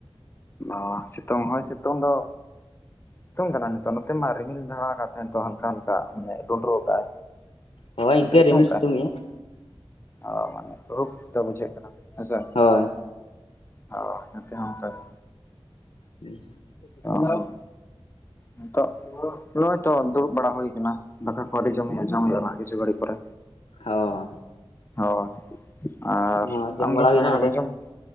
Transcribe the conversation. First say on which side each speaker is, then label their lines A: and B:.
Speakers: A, on the left (about 25°); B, on the left (about 80°).
A: ᱚ ᱥᱤᱛᱩᱝ ᱦᱚᱭ ᱥᱤᱛᱩᱝ ᱫᱚ ᱥᱤᱛᱩᱝ ᱠᱟᱱᱟ ᱱᱤᱛᱚᱜ ᱱᱚ.... ᱛᱮ ᱢᱟ ᱨᱤᱢᱤᱞ ᱫᱷᱟᱨᱟ ᱟᱠᱟᱫ ᱛᱟᱦᱮᱸᱱ ᱛᱚ ᱦᱟᱞᱠᱟ ᱦᱟᱞᱠᱟ ᱢᱟᱱᱮ ᱰᱩᱸᱰᱨᱟᱩᱜ ᱟᱠᱟᱜ-ᱟᱭ
B: ᱦᱳᱭ
A: ᱚᱱᱛᱮ
B: ᱤᱱᱠᱟᱹ
A: ᱥᱤᱛᱩᱝ
B: ᱨᱤᱢᱤᱞ
A: ᱠᱟᱜ-ᱟᱭ?
B: ᱮᱜᱼᱟ
A: ᱚ ᱢᱟᱱᱮ ᱫᱷᱩᱨᱩᱯ ᱴᱟᱜ ᱵᱩᱡᱷᱟᱹᱜ ᱠᱟᱱᱟ ᱦᱮᱸ ᱥᱮ
B: ᱦᱚᱭ
A: ᱚ, ᱱᱚᱛᱮ ᱦᱚᱸ ᱚᱱᱠᱟ ᱜᱮ
B: ᱦᱩᱸ
A: ᱚ <unintelligible> ᱱᱤᱛᱚᱜ <unintelligible> ᱱᱚᱜ-ᱚᱭ ᱛᱚ ᱫᱩᱲᱩᱵ ᱵᱟᱲᱟ ᱦᱩᱭ ᱟᱠᱟᱱᱟ ᱫᱟᱠᱟ ᱠᱚ ᱟ. ᱣᱨᱤ ᱡᱚᱢ ᱦᱩᱭᱩᱜ-ᱟ ᱡᱚᱢ ᱦᱩᱭᱩᱜ-ᱟ ᱱᱟᱦᱟᱜ ᱠᱤᱪᱷᱩ ᱜᱟᱹᱲᱤ ᱯᱚᱨᱮ
B: ᱦᱚ
A: ᱦᱚ ᱟᱨ
B: ᱚ ᱡᱚᱢ
A: ᱟᱢ
B: ᱵᱟᱲᱟ
A: ᱫᱚ
B: ᱦᱩᱭᱱᱟ
A: ᱫᱟᱠᱟ
B: ᱱᱚᱸᱰᱮ
A: ᱠᱚ ᱫᱚᱢ ᱡᱚᱢ